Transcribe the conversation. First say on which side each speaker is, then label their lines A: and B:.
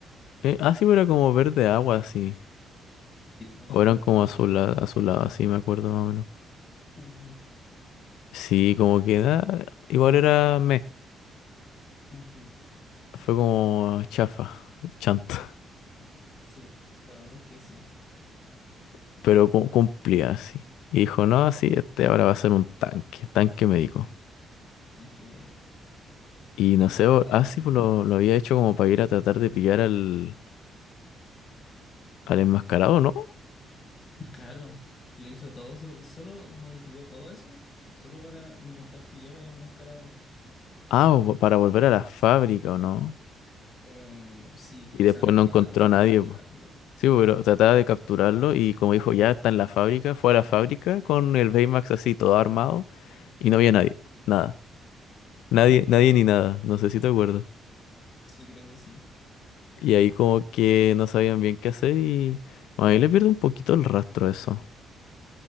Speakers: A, on the left (about 85°); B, on the left (about 35°).
A: eh, ah, sí, pues era como verde agua así.
B: Sí, era
A: O
B: como
A: eran
B: un
A: como
B: estilo
A: azul,
B: samurai.
A: azulado, así me acuerdo más o menos.
B: Ujú,
A: Sí, como que ah, igual era meh.
B: ujú.
A: Fue como chafa, chanta.
B: Sí, la verdad es que sí.
A: <laughs> Pero cu- cumplía así. Y dijo, no, sí, este ahora va a ser un tanque, tanque médico.
B: Hay que me digo.
A: Y no
B: Y no,
A: sé, o-
B: pues,
A: ah, sí, pues lo, lo había hecho como para ir a tratar de pillar al, Al enmascarado, ¿no?
B: claro, lo hizo todo, sol- solo, modificó todo eso, solo para intentar pillar al enmascarado.
A: Ah, o vo- para volver a la fábrica, ¿o no?
B: Eh, sí,
A: Y
B: o
A: después
B: sea, más
A: no
B: que
A: encontró
B: nada como
A: a nadie,
B: capturarlo.
A: po. Sí, po, pero trataba de capturarlo y como dijo, ya está en la fábrica, fue a la fábrica con el Baymax así todo armado y no había nadie, nada. Nadie,
B: <laughs>
A: nadie ni nada, no sé si te acuerdas.
B: Sí, creo que sí.
A: Y ahí como que no sabían bien qué hacer y bueno, ahí le pierde un poquito el rastro a eso.